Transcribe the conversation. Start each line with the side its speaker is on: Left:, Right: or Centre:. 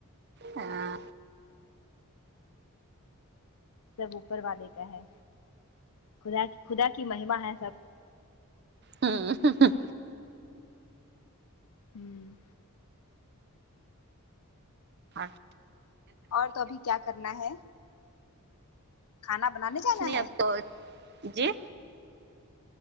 Right: ہاں
Left: سب اوپر والے کا ہے خدا خدا کی مہما ہے سب
Right: ہوں
Left: ہوں
Right: اچ
Left: اور تو ابھی کیا کرنا ہے کھانا بنانے جانا
Right: کچھ نہیں
Left: ہے
Right: آپ کو جی